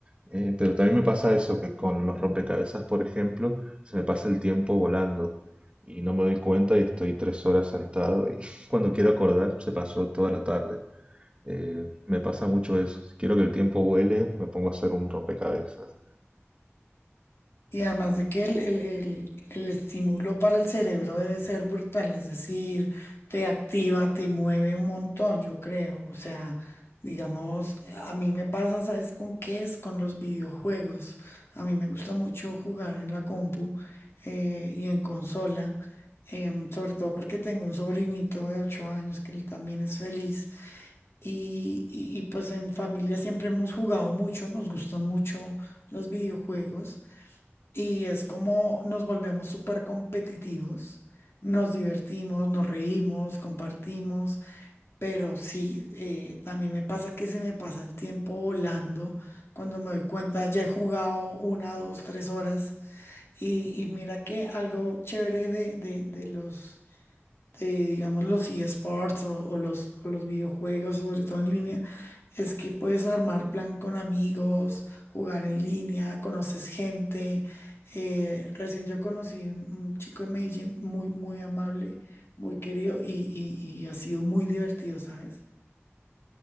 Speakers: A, on the right; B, on the left.
A: Eh, pero también me pasa eso, que con los rompecabezas, por ejemplo, se me pasa el tiempo volando y no me doy cuenta y estoy tres horas sentado y <laughs> cuando quiero acordar se pasó toda la tarde. Eh, me pasa mucho eso. Si quiero que el tiempo vuele, me pongo a hacer un rompecabezas.
B: Y además de que el, el- el- el estímulo para el cerebro debe ser brutal, es decir, te activa, te mueve un montón, yo creo. O sea, digamos, a mí me pasa, ¿sabes con qué es? Con los videojuegos. A mí me gusta mucho jugar en la compu eh, y en consola, em, sobre todo porque tengo un sobrinito de 8 años que él también es feliz. Y, y y pues en familia siempre hemos jugado mucho, nos gustan mucho los videojuegos. Y es como nos volvemos súper competitivos, nos divertimos, nos reímos, compartimos, pero sí, eh, también me pasa que se me pasa el tiempo volando. Cuando me doy cuenta, ya he jugado una, dos, tres horas. Y, y mira que algo chévere de, de, de los de, digamos, los eSports o, o los, o los videojuegos, sobre todo en línea, es que puedes armar plan con amigos, jugar en línea, conoces gente. Eh, recién yo conocí un, un chico en Medellín muy, muy amable, muy querido y, y- y ha sido muy divertido, ¿sabes?